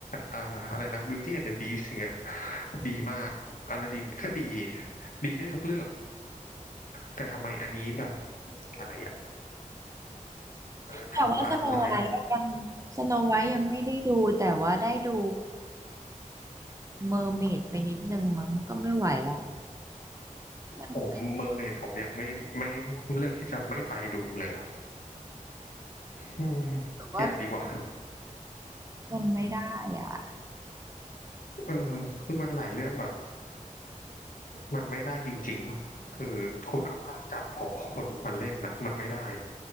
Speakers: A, on the left (about 75°); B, on the right (about 25°).
A: อ่าอะไรนะ Beauty and the Beast งเงี้ยดีมากอลาดินก็ดีดีได้ทุกเรื่องแต่ทำไมอันนี้แบบอะไรอะเออทำอะไร
B: แต่ว่าสโนไวท์ยังสโนไวท์ยังไม่ได้ดูแต่ว่าได้ดูเมอร์เมดไปนิดนึงมั้งก็ไม่ไหวอ่ะมันรู้
A: โอ้เมอร์เมดผมยังไม่ไม่เลือกที่จะไม่ไปดูเลยอะ อืม
B: สึกว่า
A: อย่าดีกว่า
B: มันไม่ได้อ่ะ
A: เออคือมันหลายเรื่องแบบมันไม่ได้จริงๆ คือคุณเอาภาพจำของคนมาเล่นน่ะมันไม่ได้